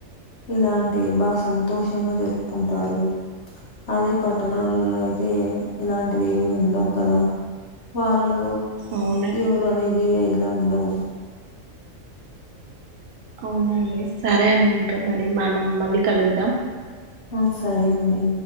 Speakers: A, on the left; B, on the right.
A: ఇలాంటి బా సంతోషంగా జరుపుకుంటారు అదే పట్టణాల్లో అయితే ఇలాంటివి ఏమి ఉండవు కదా వాళ్ళు
B: అవును
A: ఎవరు అనేది ఇలా ఉండవు
B: అవునండి సరే అండి ఇంకా మరి మనం మళ్ళీ కలుద్దాం
A: ఆ సరే అండి